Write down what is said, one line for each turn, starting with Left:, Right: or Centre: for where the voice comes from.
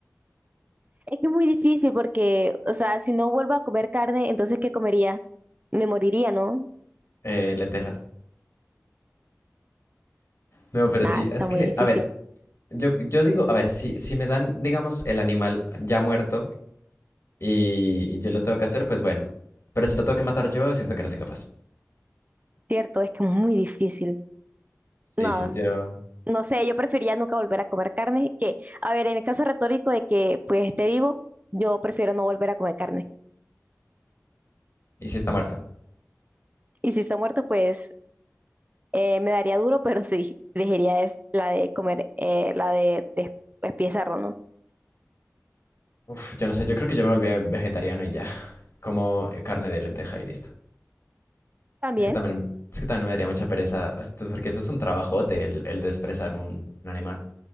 Right: Es que es muy difícil porque, o sea, si no vuelvo a comer carne, entonces ¿qué comería? Me moriría, ¿no?
Left: Eh, lentejas. No, pero
Right: Nada,
Left: sí,
Right: está
Left: es que,
Right: muy difícil.
Left: a ver, yo, yo digo, a ver, si, si me dan, digamos, el animal ya muerto. y, y yo lo tengo que hacer, pues bueno. Pero si lo tengo que matar yo, siento que no soy capaz.
Right: Cierto, es que es muy difícil.
Left: Sí,
Right: No,
Left: sí, yo.
Right: no sé, yo preferiría nunca volver a comer carne que, a ver, en el caso retórico de que pues esté vivo, yo prefiero no volver a comer carne.
Left: ¿Y si está muerto?
Right: Y si está muerto, pues Eh, me daría duro, <laughs> pero sí, elegiría es la de comer, eh, la de, de espía cerdo, ¿no?
Left: Uf, yo no sé, yo creo que yo me volví vegetariano y ya. <laughs> Como eh, carne de lenteja y listo.
Right: También,
Left: Es que también, es que también me daría mucha pereza, esto- porque eso es un trabajote, el, el desprezar un, un animal